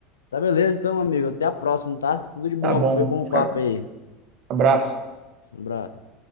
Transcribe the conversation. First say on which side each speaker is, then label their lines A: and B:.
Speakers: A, on the left; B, on the right.
A: Tá beleza, então, amigo. Até a próxima, tá? Tudo de bom.
B: Tá bom.
A: Foi bom
B: Fica
A: o papo
B: com...
A: aí.
B: Abraço.
A: Um abraço.